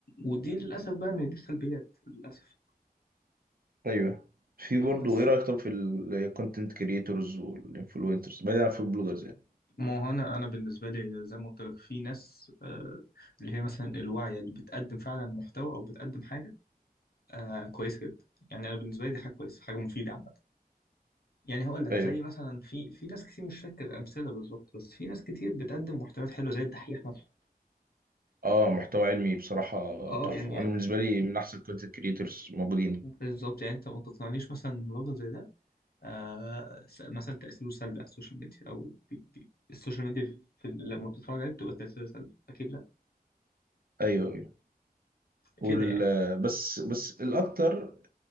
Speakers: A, on the left; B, on the right.
A: ودي للأسف بقى من دي السلبيات للأسف
B: ايوه في برضه
A: بس
B: ايه رأيك طب في الكونتنت كريتورز والانفلونسرز بعيدا عن في البلوجرز يعني
A: ما هو أنا أنا بالنسبة لي زي ما قلت لك في ناس آه، اللي هي مثلا الواعية اللي بتقدم فعلا محتوى أو بتقدم حاجة آه، كويسة جدا يعني أنا بالنسبة لي دي حاجة كويسة حاجة مفيدة عامة يعني هقول لك
B: ايوه
A: زي مثلا في في ناس كتير مش فاكر امثله بالظبط بس في ناس كتير بتقدم محتويات حلوه زي الدحيح مثلا
B: اه محتوى علمي بصراحة
A: اه
B: تحفة
A: يعني
B: انا بالنسبة لي من احسن الكونتنت كريتورز موجودين
A: بالظبط يعني انت ما تقنعنيش مثلا إن راجل زي ده آه س- مثلا تاثيره سلبي على السوشيال ميديا او بي بي السوشيال ميديا في لما بتتفرج عليه بتبقى تاثيرها سلبي اكيد لا
B: ايوه ايوه وال
A: كده يعني
B: بس بس الأكتر